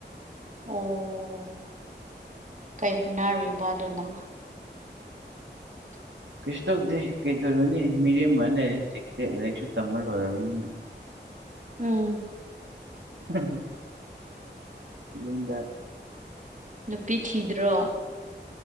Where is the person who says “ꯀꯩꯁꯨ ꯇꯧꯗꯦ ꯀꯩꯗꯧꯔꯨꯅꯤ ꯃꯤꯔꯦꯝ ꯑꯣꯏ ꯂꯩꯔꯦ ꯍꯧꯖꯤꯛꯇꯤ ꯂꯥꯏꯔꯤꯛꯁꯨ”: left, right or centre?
Right